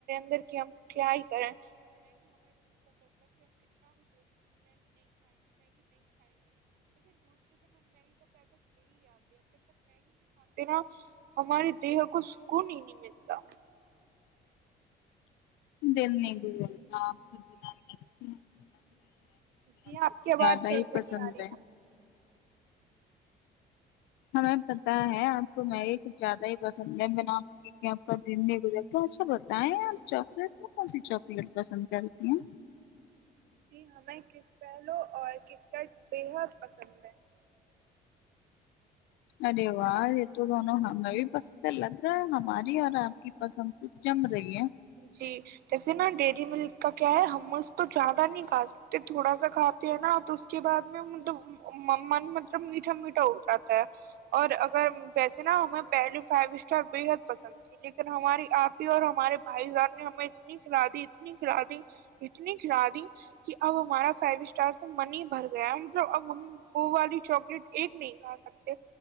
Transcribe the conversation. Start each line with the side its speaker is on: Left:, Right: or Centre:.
Right: رہا کیا کرے؟ نا ہمارے دیہ کو سکون ہی نہیں ملتا
Left: دل نہیں گزرتا آپ سمجھ رہے ہیں میگی
Right: جی آپ
Left: کو کچھ
Right: کے آواز
Left: زیادہ
Right: چیزیں
Left: ہی پسند
Right: نہیں آ رہی
Left: ہے ہمیں پتاہ ہے آپ کو میگی کچھ زیادہ ہی پسند ہے بنا مگی کی آپ کا دن نہیں گزرتا اچھا بتائیں آپ چاکلیٹ میں کون سی چاکلیٹ پسند کرتی ہیں
Right: جی ہمیں کس پہلو اور کرکٹ بےحد پسند ہے
Left: ارے واہ یہ تو دونوں ہمیں بھی پسند لگ رہا ہے ہماری اور آپ کی پسند تو جم رہی ہے
Right: جی جیسے نا ڈیری ملک کا کیا ہے ہم اس تو زیادہ نہیں کھا سکتے تھوڑا سا کھاتے ہیں نا تو اس کے بعد میں مطلب من مطلب میٹھا میٹھا ہو جاتا ہے اور اگر ویسے نا ہمیں پہلے فائیو اسٹار بےحد پسند تھی لیکن ہماری آپ ہی اور ہمارے بھائی جار نے ہمیں اتنی کھلا دی اتنی کھلا دی اتنی کھلا دی کہ اب ہمارا فائیو اسٹار سے منی بھر گیا مطلب اب ہم وہ والی چاکلیٹ ایک نہیں کھا سکتے